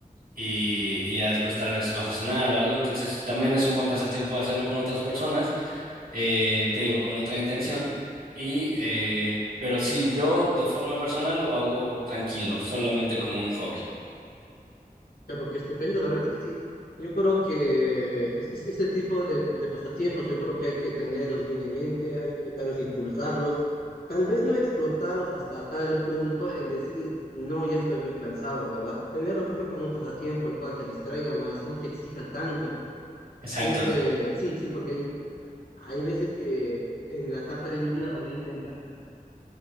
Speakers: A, on the right; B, on the left.
A: y, y ya después tal vez vas a cenar o algo. Entonces, también es un buen pasatiempo hacerlo con otras personas, eh, te digo, con otra intención. Y, eh, pero sí, yo de forma personal lo hago tranquilo, solamente como un hobby.
B: Pero qué estupendo, la verdad que sí. Yo creo que es- es- este tipo de, de pasatiempos, yo creo que hay que tenerlos bien en mente, hay que tal vez impulsarlos, tal vez no explotarlos hasta tal punto en decir, no, ya estoy muy cansado, ¿verdad? Tenerlos siempre como un pasatiempo, el cual te distraiga más, no te exija tanto.
A: Exacto.
B: Siempre, sí, sí, porque hay hay veces que en la etapa de mi vida donde he intentado